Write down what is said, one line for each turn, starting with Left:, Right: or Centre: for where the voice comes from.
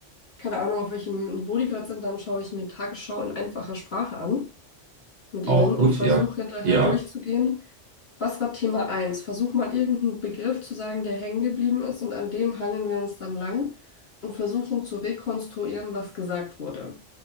Left: keine Ahnung, auf welchem Niveau die gerade sind, dann schaue ich mir Tagesschau in einfacher Sprache an mit ihnen
Right: Auch
Left: und
Right: gut,
Left: versuche
Right: ja.
Left: hinterher
Right: Ja.
Left: durchzugehen, was war Thema eins? Versuch mal irgendeinen Begriff zu sagen, der hängen geblieben ist und an dem hangeln wir uns dann lang und versuchen zu rekonstruieren, was gesagt wurde.